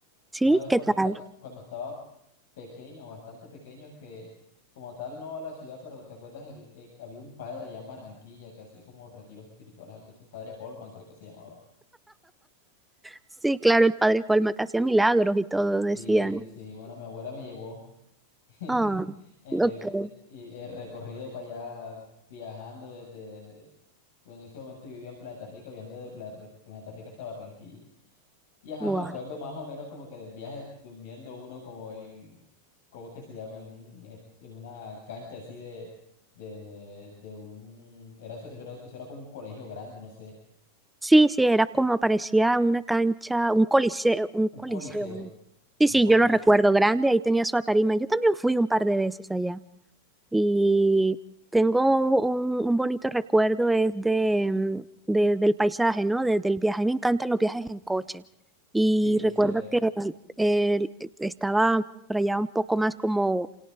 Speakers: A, in the centre; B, on the left.
A: sí,
B: Una vez
A: ¿qué
B: cuando,
A: tal?
B: esta- cuando estaba pequeño, bastante pequeño, que como tal no a la ciudad, pero ¿te acuerdas? El, el- había un padre allá en Barranquilla que hacía como retiros espirituales, algo así, padre Holman creo que se llamaba.
A: Sí, claro, el padre Colma que hacía milagros y todo,
B: Sí,
A: decían,
B: sí, bueno, mi abuela me llevó <laughs> eh,
A: ah, ok,
B: de, de- y el recorrido para allá viajando desde, en ese momento yo vivía en Planeta Rica, viajando desde Pla- Planeta Rica hasta Barranquilla. Y ajá,
A: wow.
B: me acuerdo más o menos como que del viaje durmiendo uno como en, ¿cómo es que se llama? En un, es- en una cancha así de, de, de, de un, era, eso eso era, eso era como un colegio grande, no sé,
A: Sí, sí, era como parecía una cancha, un coliseo, un
B: un
A: coliseo.
B: coliseo,
A: ¿no? Sí,
B: un
A: sí,
B: colis.
A: yo lo recuerdo grande, ahí tenía su tarima. Yo también fui un par de veces allá y tengo un, un bonito recuerdo es de, mm, de- del paisaje, ¿no? De- del viaje. A mí me encantan los viajes en coche y
B: Sí, es
A: recuerdo
B: chévere.
A: que eh, estaba por allá un poco más como